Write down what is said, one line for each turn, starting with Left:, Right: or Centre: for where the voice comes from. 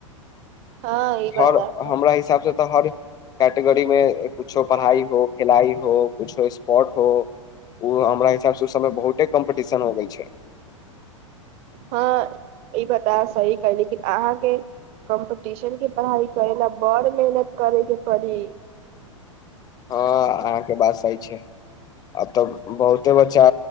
Right: हँ ई बात
Left: हर हमरा हिसाबसँ हर कैटेगरी मे कुछो पढ़ाई हो खेलाइ हो किुछु स्पोर्ट हो ओ हमरा हिसाब सँ ओ सबय बहुते कॉम्पटिशन हो गेल छै <inaudible>
Right: हँ ई बता सही कहलि लेकिन अहाँके कम्पिटिशन के पढ़ाइ करै ला बड़ मेहनत करेके पड़ी
Left: हँ अहाँके बात सही छै आ तब बहुते बच्चा